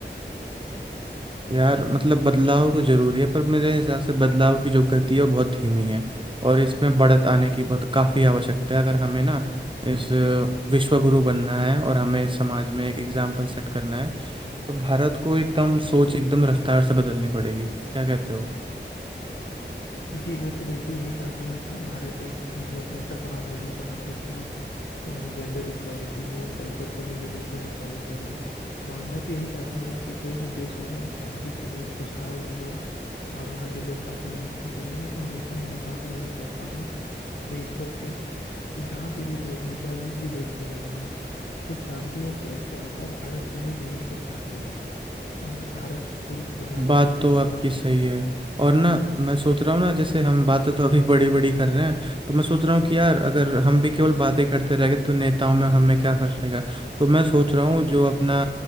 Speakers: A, on the right; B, on the left.
A: यार मतलब बदलाव तो जरूरी है पर मेरे हिसाब से बदलाव की जो गति है वो बहुत धीमी है और इसमें बढ़त आने की बहुत काफ़ी आवश्यकता है अगर हमें ना इस विश्व गुरु बनना है और हमें समाज में एक एग्जाम्पल सेट करना है तो भारत को एकदम सोच एकदम रफ्तार से बदलनी पड़ेगी क्या कहते हो
B: जी मैं तो बिल्कुल यही चाहता हूँ कि भारत एक मतलब ऐसा समाज बने जहाँ पे कि जेंडर इक्वेलिटी हो कल्चर को भी लोग अच्छे से फॉलो करें और मैं तो यही चाहता हूँ यार कि कोई भी देश हो ना वो शांति से रहे खुशहाल रहे और वहाँ के लोग काफी उन्नति करें मैं तो हमेशा मनोकामना यही करता हूँ अपने ईश्वर से कि जहाँ के भी लोग हों चाहे जिस भी देश के लोग हों सुख शांति और चैन से रहें शायद भारत के लोग यही सब चाहते हैं और भारत पुरुष प्रधान
A: बात
B: तो
A: तो आपकी
B: हो
A: सही है और
B: हाँ
A: ना
B: हाँ
A: मैं सोच रहा हूँ ना जैसे हम बातें तो अभी <laughs> बड़ी बड़ी कर रहे हैं तो मैं सोच रहा हूँ कि यार अगर हम भी केवल बातें करते रह गए तो नेताओं में हमें क्या फर्क रहेगा तो मैं सोच रहा हूँ जो अपना